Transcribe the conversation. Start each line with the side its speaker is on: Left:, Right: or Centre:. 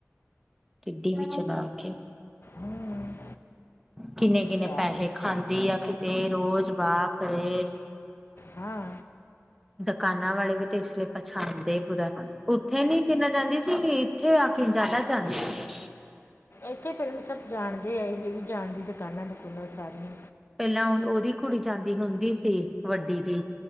Centre: ਤਿੱਡੀ ਵੀ ਚਲਾ ਕੇ।
Left: ਹੂੰ
Centre: ਕਿੰਨੇ-ਕਿੰਨੇ
Left: ਵਾਹ
Centre: ਪੈਹੇ ਖਾਂਦੀ ਆ ਕਿਤੇ ਰੋਜ਼ ਵਾਪਰੇ,
Left: ਹਾਂ।
Centre: ਦੁਕਾਨਾਂ ਵਾਲੇ ਵੀ ਤੇ ਇਸ ਲਈ ਪਛਾਣਦੇ ਪੂਰਾ। ਉੱਥੇ ਨੀ ਜਿੰਨਾ ਜਾਂਦੀ ਸੀ ਇੱਥੇ ਆ ਕਿ ਜ਼ਿਆਦਾ ਜਾਂਦੀ ਆ।
Left: ਇੱਥੇ ਫਿਰ ਸਭ ਜਾਣਦੇ ਆ ਇਹ ਨਹੀਂ ਜਾਣਦੀ ਦੁਕਾਨਾਂ ਦੁਕੁਨਾ ਸਾਰੀਆਂ।
Centre: ਪਹਿਲਾ ਓ ਉਹਦੀ ਕੁੜੀ ਜਾਂਦੀ ਹੁੰਦੀ ਸੀ ਵੱਡੀ ਦੀ,